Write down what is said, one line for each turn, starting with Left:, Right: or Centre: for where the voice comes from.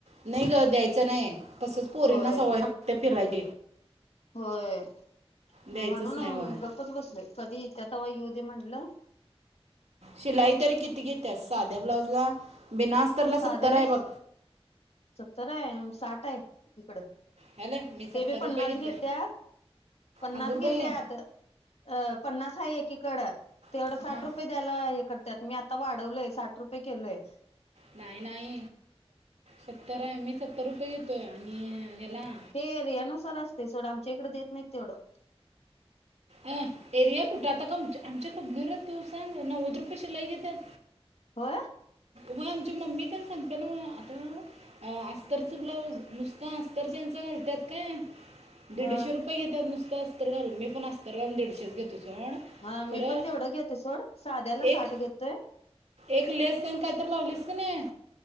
Right: नाई गं द्यायचं नाई तसंच पोरींना....
Left: होय
Right: सवय लागते फिरायची.......
Left: होय म्हनून
Right: द्यायचंच नाही
Left: अम
Right: वय
Left: गप्पच बसलोय.. कधी येत्यात तवा येऊदे म्हणलं...
Right: शिलाई तरी किती घेत्या साध्या ब्लाऊजला? बीना अस्तरला
Left: साध्याला
Right: सत्तर आय बघ..
Left: सत्तर हे साठ हाय इकडं....
Right: हॅलो मी सत्तर
Left: ते बी
Right: रुपये
Left: पन्नास
Right: घेतोय
Left: घेत्यात पन्नास
Right: अगं
Left: घेत्यात
Right: बाई
Left: अ पन्नास.... हाय एकीकडं.... तेवढं
Right: हां
Left: साठ रूपे द्यायला हे करत्यात मी आता वाढवलय साठ.. रूपे किलोय.
Right: नाई नाई सत्तर आय मी सत्तर रूपे घेतोय...... आणि.. ह्याला
Left: ते रेनु सर असते सोड आमचे इकडे देत नी तेवढं
Right: अं एरिया कुठे आता का आमच्या आमच्या खूप दुरत तू सांग नव्वद रुपये शिलाई घेत्यात..
Left: होय....
Right: व आमच्या मम्मी त्यांना सांगते नव आता अस्तरच ब्लाऊज नुसत अस्तर त्यांचं घालतात काय.. दीडशे
Left: ह
Right: रुपय घेतात नुस.. अस्तर घालून मी पण अस्तर घालून दिडशेच घेतो..... सोड
Left: हा मी
Right: खरं
Left: पण तेवढं घेते सोड साध्याला
Right: एक
Left: साठ घेतोय...
Right: एक लेस एन काही तर लावलीस की नाही